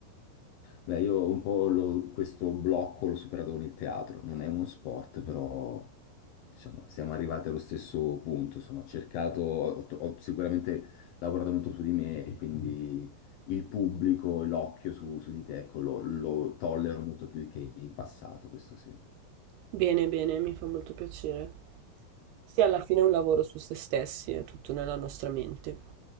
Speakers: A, on the left; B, on the right.
A: Beh, io un po' l'ho- questo blocco l'ho superato con il teatro, non è uno sport, però diciamo, siamo arrivati allo stesso punto, insomma, ho cercato, ho, ho sicuramente lavorato molto su di me, e quindi il pubblico, l'occhio su, su di te, ecco, lo, lo tollero molto più che in passato, questo sì.
B: Bene, bene, mi fa molto piacere. Sì, alla fine è un lavoro su se stessi, è tutto nella nostra mente.